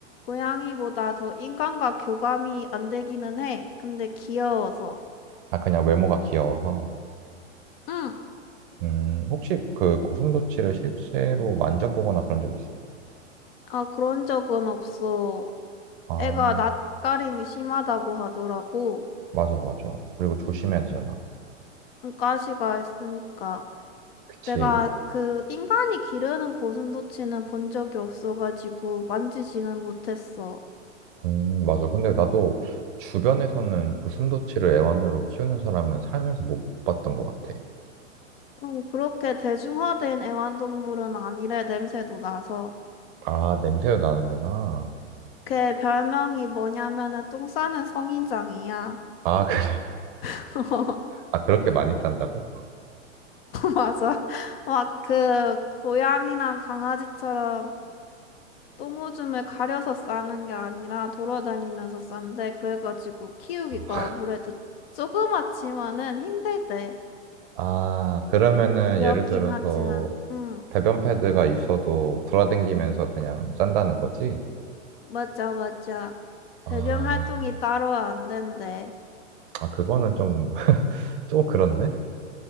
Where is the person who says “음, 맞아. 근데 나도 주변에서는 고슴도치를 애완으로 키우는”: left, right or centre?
Right